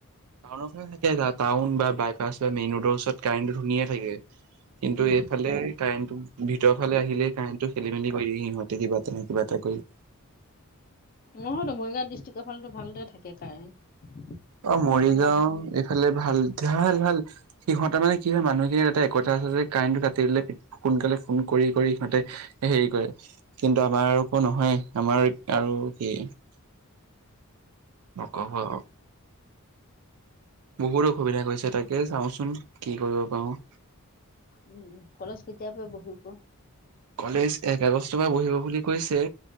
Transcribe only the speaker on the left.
উম
নহয়তো, মৰিগাঁও ডিষ্ট্ৰিকৰফলেটো ভালদৰে থাকে কাৰেণ্ট।
আমাৰ ইয়াত
উম, উম, কলেজ কেতিয়াপা বহিব?